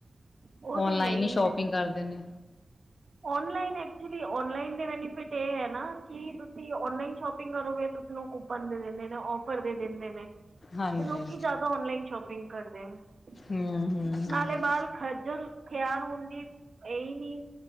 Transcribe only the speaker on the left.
ਓਨਲਾਈਨ
ਹੀ ਸ਼ੋਪਿੰਗ
ਕਰਦੇ ਨੇ
ਹਾਂਜੀ।
ਹੂੰ ਹੂੰ ਹੂੰ।